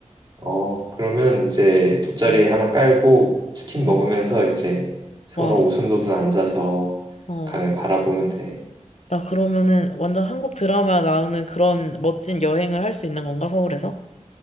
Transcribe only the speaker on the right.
어, 그러면 이제 돗자리
하나 깔고 치킨 먹으면서
이제 서로
오순도순 앉아서
강을 바라보면 돼.